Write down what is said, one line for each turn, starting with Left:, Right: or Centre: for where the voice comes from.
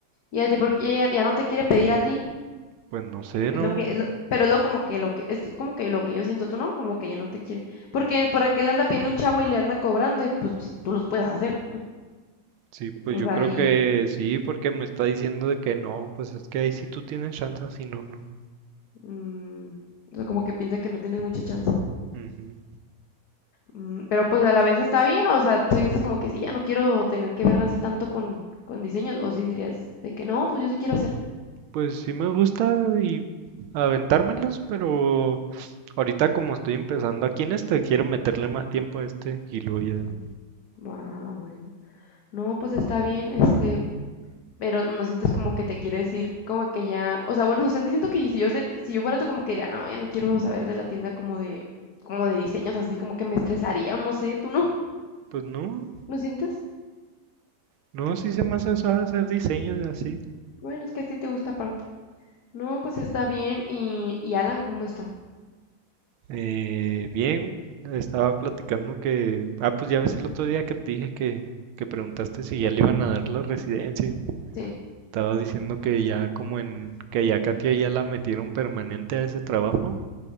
Left: ¿Y a ti por qué ya, ya no te quiere pedir a ti?
Right: Pues no sé,
Left: Es
Right: no.
Left: lo que, es lo- pero es lo como que lo que, es como que lo que yo siento, tú no, como que ella no te quiere. Porque por qué le anda pidiendo un chavo y le anda cobrando, y pues si tú los puedes hacer.
Right: Sí, pues
Left: O
Right: yo
Left: sea,
Right: creo
Left: y
Right: que sí, porque me está diciendo de que no, pues es que ahí sí tú tienes chance, si no, no.
Left: mm, o sea, como que piensa que no tienes mucha chance.
Right: Ujú.
Left: Mm, pero pues a la vez está bien, o sea, tú dices como que sí, ya no quiero tener que ver así tanto con, con diseños, o si dirías de que no, pues yo sí quiero hacer.
Right: Pues sí me gusta y aventármelos, pero ahorita como estoy empezando aquí en este, quiero meterle más tiempo a este y luego ya.
Left: Mm, Ah, bueno. No, pues está bien, este, pero no sientes como que te quiere decir, como que ya, o sea, bueno, <laughs> no sé, es que siento que si yo, ser- si yo fuera tú, como que diría, no, ya no quiero saber de la tienda como de, como de diseños, así como que me estresaría, o no sé, tú no,
Right: Pues no,
Left: ¿no sientes?
Right: no, sí se me hace suave hacer diseños así.
Left: Bueno, es que a ti te gusta aparte. No, pues está bien, y, y Alan, ¿cómo está?
Right: Eh, bien, estaba platicando que, ah, pues ya ves el otro día que te dije que, que preguntaste si ya le iban a dar la residencia.
Left: Sí,
Right: Estaba diciendo que ya como en, que ya Katia ya la metieron permanente a ese trabajo